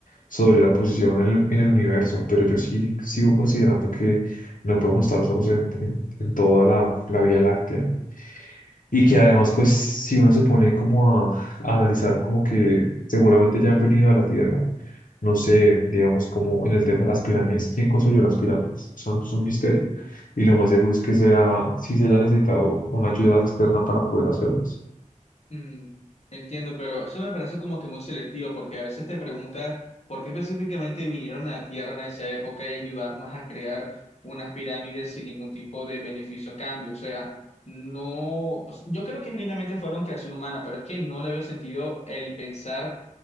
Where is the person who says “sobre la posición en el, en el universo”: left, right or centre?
Left